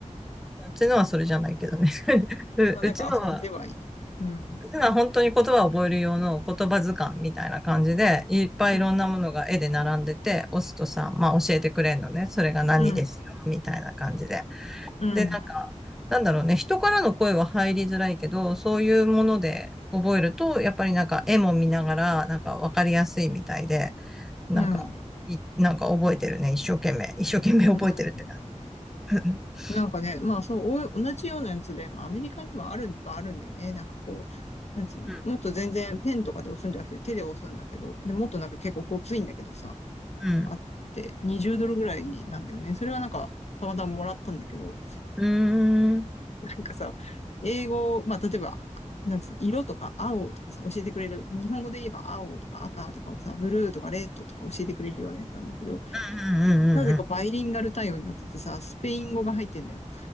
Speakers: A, in the centre; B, on the left.
A: うちのはそれじゃないけどね。<laughs> う、
B: まあなんか遊んではいる。
A: うちのは、
B: うん。
A: ただ本当に言葉を覚える用の言葉図鑑みたいな感じで、いっぱいいろんなものが絵で並んでて、
B: うん。
A: 押すとさ、まあ教えてくれんのね。それが何ですよ、
B: うん。
A: みたいな感じで。
B: うん。
A: で、なんか、なんだろうね。人からの声は入りづらいけど、そういうもので覚えると、やっぱりなんか絵も見ながら、なんかわかりやすいみたいで、なんか、
B: うん。
A: い、なんか覚えてるね。一生懸命。一生懸命覚えてるって感
B: うん。
A: じ。<laughs>
B: なんかね、まあそう、お同じようなやつで、まあアメリカにもある、はあるんだよね。なんかこう、なんつうの、
A: う
B: もっと全然ペンとかで押すんじゃなくて手で押すんだけど、で、もっとなんか結構ごついんだけどさ、
A: ん。
B: あって、20ドルぐらいなんだよね。それはなんか、たまたまもらったんだけど、
A: うん。うーん。うん
B: なんかさ、英語、まあ、例えば、なんつうの、色とか青とかさ、教えてくれる。日本語で言えば青とか赤とかをさ、ブルーとかレッドとか教えてくれるようなやつなんだけど、
A: うんうんうんうん
B: なぜかバイリンガル対応になっててさ、スペイン語が入ってんのよ。